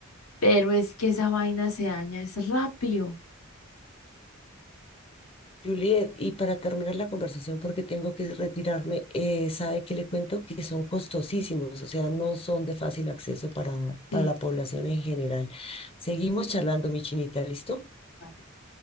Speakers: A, on the left (about 85°); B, on the left (about 25°).
A: pero es que esa vaina se daña, es rápido.
B: Juliet, y para terminar la conversación, porque tengo que retirarme, eh, sabe que le cuento que son costosísimos, o sea, no son de fácil acceso para, para
A: Sí,
B: la población en general. Seguimos charlando, mi chinita, ¿listo?
A: vale.